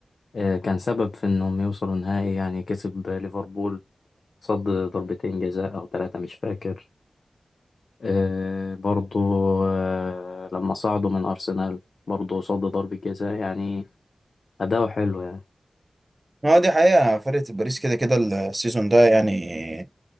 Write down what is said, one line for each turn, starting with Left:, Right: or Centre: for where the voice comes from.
Left: آه، كان سبب في انهم يوصلوا نهائي يعني كسب ليفربول صد ضربتين جزاء او ثلاثه مش فاكر آه، برضو آه، لما صعدوا من ارسنال برضه صد ضربة جزاء يعني أداؤه حلو يعني
Right: ما دي حقيقه فرقه باريس كده كده السيزون ده يعني